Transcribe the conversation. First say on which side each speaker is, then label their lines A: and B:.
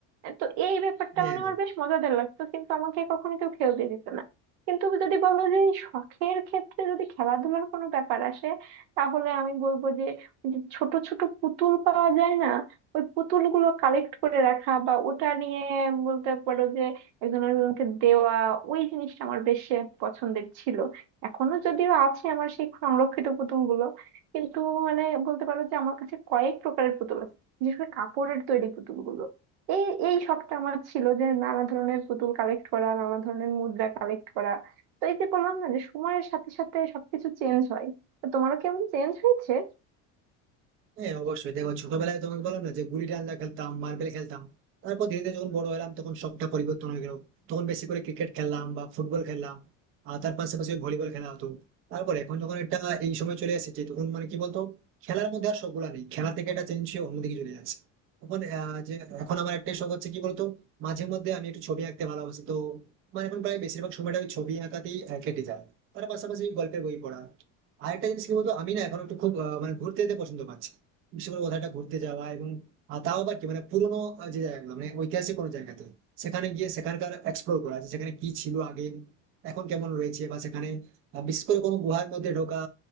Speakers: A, on the right; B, on the right.
A: তো এই ব্যাপারটা
B: হ্যাঁ
A: মানে আমার বেশ মজাদার লাগতো কিন্তু আমাকে কখনো কেউ খেলতে দিত না কিন্তু যদি বলো যে এই শখের ক্ষেত্রে যদি খেলাধুলার কোনো ব্যাপার আসে তাহলে আমি বলবো যে ওই যে ছোট ছোট পুতুল পাওয়া যায় না ওই পুতুলগুলো কালেক্ট করে রাখা বা ওটা নিয়ে বলতে পারো যে একজন আরেকজনকে দেওয়া ওই জিনিসটা আমার বেশ পছন্দের ছিল এখনো যদিও আছে আমার সেই সংরক্ষিত পুতুলগুলো কিন্তু মানে বলতে পারো যে আমার কাছে কয়েক প্রকারের পুতুল আছে বিশেষ করে কাপড়ের তৈরি পুতুলগুলো এই এই শখটা আমার ছিল যে নানা ধরনের পুতুল কালেক্ট করা নানা ধরনের মুদ্রা কালেক্ট করা তো এই যে বললাম না যে সময়ের সাথে সাথে সবকিছু চেঞ্জ হয় তো তোমারও কেমন চেঞ্জ হয়েছে
B: হ্যাঁ অবশ্যই দেখো ছোটবেলায় তোমাকে বললাম না যে গুলি ডান্ডা খেলতাম মার্বেল খেলতাম তারপর ধীরে ধীরে যখন বড় হলাম তখন শখটা পরিবর্তন হয়ে গেল তখন বেশি করে ক্রিকেট খেললাম বা ফুটবল খেললাম আর তার পাশাপাশি ভলিবল খেলা হতো তারপর এখন যখন একটা এই সময় চলে এসেছে তখন মানে কি বলতো খেলার মধ্যে আর সবগুলা নেই খেলা থেকে এটা চেঞ্জ হয়ে অন্যদিকে চলে যাচ্ছে এখন আহ, যে এখন আমার একটাই শখ হচ্ছে কি বলতো মাঝে মধ্যে আমি একটু ছবি আঁকতে ভালোবাসি তো মানে এখন প্রায় বেশিরভাগ সময়টা আমি ছবি আঁকাতেই আহ, কেটে যায় তার পাশাপাশি গল্পের বই পড়া আরেকটা জিনিস কি বলতো আমি না এখন একটু খুব আহ, মানে ঘুরতে যেতে পছন্দ পাচ্ছি বিশেষ করে কোথাও একটা ঘুরতে যাওয়া এবং আহ, তাও আবার কি মানে পুরোনো আহ, যে জায়গাগুলো মানে ঐতিহাসিক কোনো জায়গাতে সেখানে গিয়ে সেখানকার এক্সপ্লোর করা যে সেখানে কি ছিল আগে এখন কেমন রয়েছে বা সেখানে আহ, বিশেষ করে কোনো গুহার মধ্যে ঢোকা